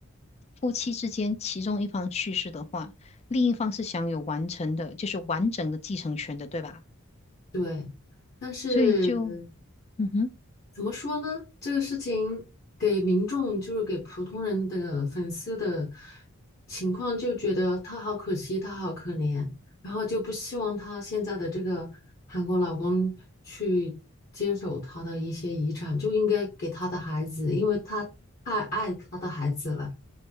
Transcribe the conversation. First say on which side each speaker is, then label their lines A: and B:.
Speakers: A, on the left; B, on the left.
A: 夫妻之间其中一方去世的话，另一方是享有完成的，就是完整的继承权的，对吧？
B: 对，但是
A: 所以就，嗯哼，
B: 怎么说呢？这个事情给民众，就是给普通人的粉丝的情况，就觉得他好可惜，他好可怜，然后就不希望他现在的这个韩国老公去接手他的一些遗产，就应该给他的孩子，因为他太爱他的孩子了。